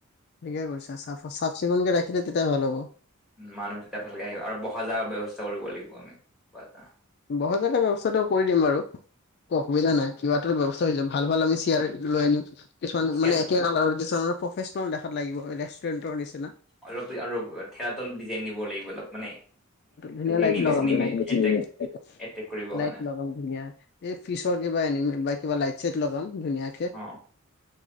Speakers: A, on the left; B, in the centre.
A: ঠিকে কৈছা, চাফ- চাফ চিকুণকে ৰাখিলে তেতিয়া ভাল হ'ব।
B: মানুহ তেতিয়া ভালকে আহিব, আৰু বহা যেগা ব্যৱস্থা কৰিব লাগিব আমি কিবা এটা।
A: বহা যেগা ব্যৱস্থাটো কৰি দিম বাৰু। ত, অসুবিধা নাই, কিবা এটা ব্যৱস্থা হৈ যাব ভাল, ভাল আমি চেয়াৰ লৈ আনিম। কিছুমান
B: চিয়ান
A: মানে একোল কিছুমান প্ৰফেচনেল দেখাত লাগিব, ৰেষ্টুৰেণ্টৰ নিচিনা।
B: অলপ আৰু ঠেলাতল ডিজাইন দিব লাগিব, অলপ মানে
A: ধুনীয়া লাইট
B: এনিমি-চেনেমি
A: লগাম লাইট
B: এট্ৰেক। এট্ৰেক কৰিব কাৰানে।
A: লাইট ধুনীয়া এই ফিচৰ কিবা এনিমেল বা কিবা লাইট- চাইট লগাম ধুনীয়া
B: অ,